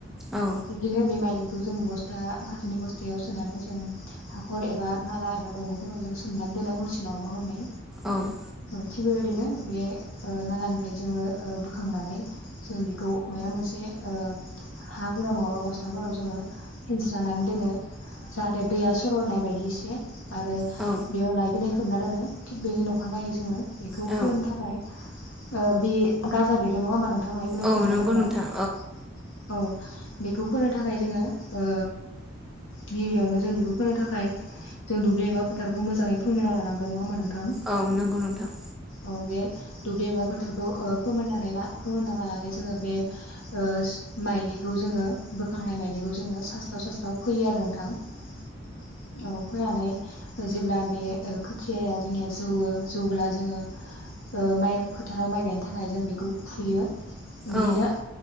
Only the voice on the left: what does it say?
बिद्बिनो बे माइलि। बेखौ जों बस्था फाथोनि बस्थायाव सोनानै जों हाख'र एबा नाला एबा दंग'फोराव जों सोमनानै दोनो हरसे नङाबा हरनै। नै।
थिग बेबायदिनो बे ओ नाला निफ्राय जोङो ओ बोखांनानै जोलै खौ माया मोनसे ओ हा गुराव नङाबा बस था ना जोङो फिनस्रा नानै दोनो जाहाथे दैया सर'नाय बायदि एसे आरो
बेयाव लायबिलाय खोबना दोनो। थिग बेनि नखा नायै जोङो बेखौ
फोनो थाखाय ओ बे गाजा बेरो नङा नों थां लाय बिलाइ
खोबना
दोनबा
औ। बेखौ फोनो थाखाय जोङो ओ गिबि यावनो जों बेखौ फोनो थाखाय जों दुब्लि एबा फोथारखौ मोजाङै फोममोनना लानांगोन नङा होमबा नों थां
औ बे दुब्लि एबा फोथार खौ ओ फोमोन नानै ला फोमोनना लानानै जोङो बे ओ माइलिखौ जोङो बोखांनाय माइलिखौ जोङो सास्राव सास्राव फोयो आरो। थां औ फोनानै जेब्ला बे ओ खोथियाया जोंनिया जौवो जौब्ला जोङो ओ माइ फोथाराव माइ गायनो थाखाय जों बेखौ फुयो बिदिनो